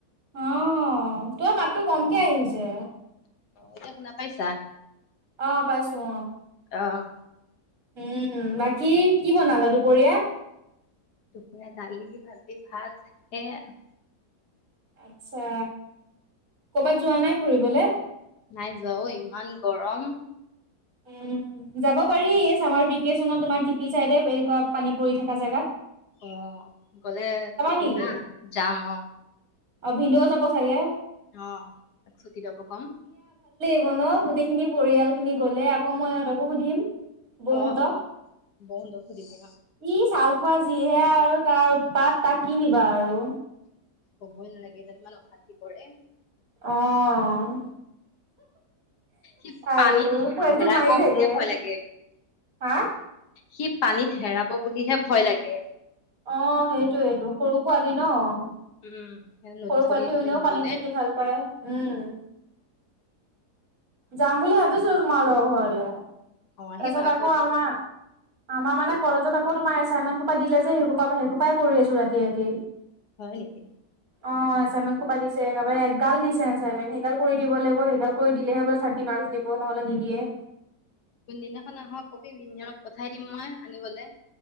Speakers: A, on the right; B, on the left.
A: অ', তৰ মাতটো কমকে আহিছে।
B: এতিয়া শুনা পাইছা?
A: অ' পাইছো অ'।
B: অ'।
A: উম, বাকী কি বনালা দুপৰীয়া?
B: দুপৰীয়া দালি, ভাজি, ভাত হে আ
A: আচ্ছা। ক'বাত যোৱা নাই ফুৰিবলে?
B: নাই যোৱা অ', ইমান গৰম।
A: উম, যাব পাৰি এই চামাৰ ভিকেচনত তোমাৰ টিপি চাইডে <unintelligible> পানী পৰি থাকা জাগাত।
B: অ', গ'লে কবি
A: নেকি
B: হা যাম অ'।
A: অ', ভিন্দেও যাব চাগে?
B: অ', এক, ছুটি ল'ব কম।
A: ব'ন গোটেইখিনি পৰিয়ালখিনি গ'লে আকৌ মই ইহঁতকো সুধিম। বৌহঁতক
B: অ', অ', বহুলক সুধিবি অ'।
A: ই ছাল খোৱা যিহে আৰু তাৰ উৎপাত তাক কি নিবা আৰু।
B: ক'বই নালাগে যেন ইমান অশান্তি কৰে।
A: অ'।
B: সি
A: আইও
B: পানীত
A: পোৱালিটোক
B: হেৰাব
A: মাৰি থাকে
B: বুলিয়ে ভয় লাগে।
A: হা
B: সি পানীত হেৰাব বুলিহে ভয় লাগে।
A: অ', সেইটোৱেটো সৰু পোৱালি ন'। সৰু
B: উম নদী চদী
A: পোৱালিটো
B: পিনে
A: এনেও
B: নিবলে
A: পানীত থাকি ভাল পায়। উম। যাম বুলি ভাবিছোঁ তোমালৈ ঘৰলে।
B: অ', আহিবা
A: তাৰপিছত
B: আকৌ এটো
A: আমাৰ আমাৰ মানে কলেজত আকৌ তোমাৰ এচাইমেন খোপা দিলে যে, সেই খোপা পা সেই খোপাই কৰি আছো ৰাতি ৰাতি।
B: হয় নেকি।
A: অ', এচাইনমেন খোপা দিছে। এগেবাৰে এগাল দিছে এচাইনমেন সেইডাল কৰি দিব লাগিব, সেইগাল কৰি দিলেহে বাচ থাৰ্টি মাস্ক দিব নহ'লে নিদিয়ে।
B: কোনদিনাখন আহ' কবি বিঞ্জনক পঠাই দিম মই আনিবলে।